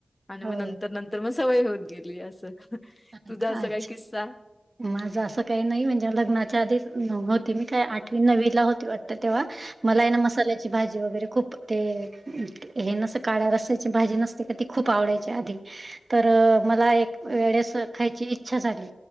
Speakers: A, on the left (about 25°); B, on the right (about 45°).
A: आणि म
B: हो
A: नंतर - नंतर म सवय होत गेली. असं.
B: अच्छा
A: तुझा असा
B: अच्छा
A: काय, किस्सा?
B: माझं असं काही नाही. म्हणजे लग्नाच्या आधीच, होती. मी काय आठवी - नव्वीला होती वाटत तेव्हा. मला
A: हं.
B: हाय ना. मसाल्याची भाजी वगैरे खूप ते हे, ना अस काळ्या रस्साची भाजी नसते का? ती खूप आवडायची आधी. तर मला एक <inaudible> आस खायची इच्छा झाली.